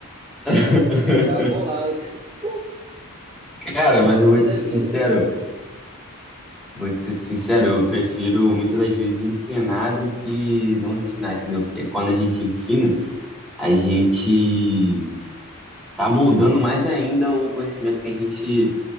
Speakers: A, in the centre; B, on the right.
A: <laughs>
B: Ficava bolado, cara. <laughs> Pô,
A: Cara, mas eu vou
B: Mas
A: te
B: é
A: ser
B: a vida,
A: sincero,
B: cara. É,
A: vou te ser sincero, eu prefiro muitas das vezes ensinar do que não ensinar, entendeu? Porque quando a gente ensina, a gente tá moldando mais ainda o conhecimento que a gente